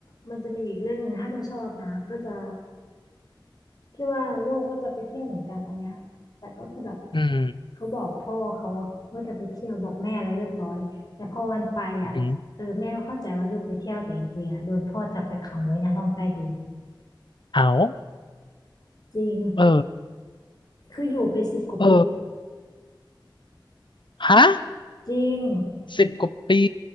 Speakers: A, on the left (about 50°); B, on the left (about 70°).
A: มันจะมีอีกเรื่องหนึ่งถ้าเธอชอบนะก็จะ ที่ว่าลูกก็จะไปเที่ยวเหมือนกันอันเนี้ยแต่ก็คือแบบ
B: อืม
A: เขาบอกพ่อเขาว่าจะไปเที่ยวบอกแม่แล้วเรียบร้อยแต่พอวันไปอ่ะเออแม่ก็เข้าใจว่าลูกไปเที่ยวแต่จริงๆอ่ะโดนพ่อจับไปขังไว้ในห้องใต้ดิน
B: อืมเอา
A: จริง
B: เออ
A: คืออยู่ไปสิบกว่าปีเลยอะ
B: เออฮะ
A: จริง
B: สิบกว่าปี